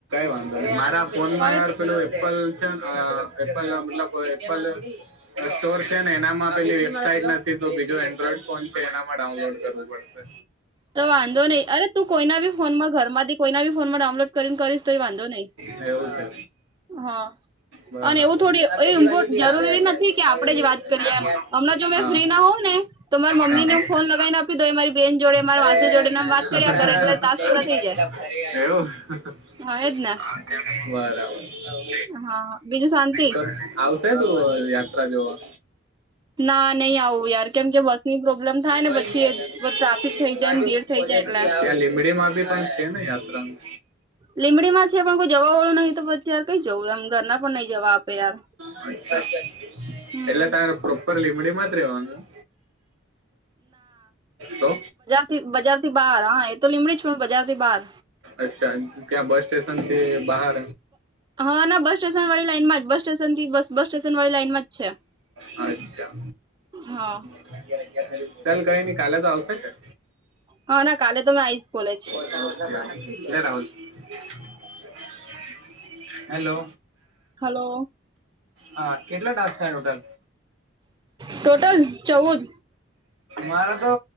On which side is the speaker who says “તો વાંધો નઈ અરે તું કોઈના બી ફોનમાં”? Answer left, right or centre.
Right